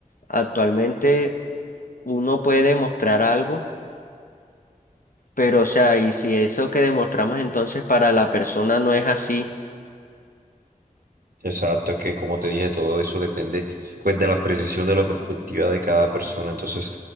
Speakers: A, on the left; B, on the right.
A: actualmente uno puede demostrar algo, pero, o sea, y si eso que demostramos entonces para la persona no es así,
B: Exacto, es que como te dije, todo eso depende pues de la apreciación de la perspectiva de cada persona. Entonces,